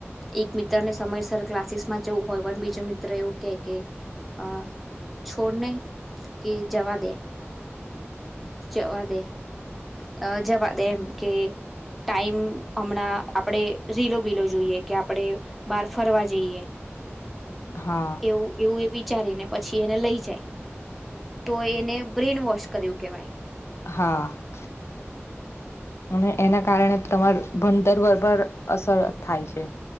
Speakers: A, in the centre; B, on the left (about 70°).
A: એક મિત્રને સમયસર ક્લાસીસમાં જવું હોય પણ બીજો મિત્ર એવું કે કે અ છોડને કે જવા દે જવા દે અ જવા દે એમ કે ટાઈમ હમણાં આપણેે રીલો બીલો જોઈએ કે આપડે બાર ફરવા જઈએ.
B: <inaudible> હા
A: એવું એવું એવી વિચારીને પછી એને લઈ જાય તો એને બ્રેન વોશ કર્યું કેવાય
B: હા. અને એના કારણે તમાર ભણતર પર પણ અસર થાય છે.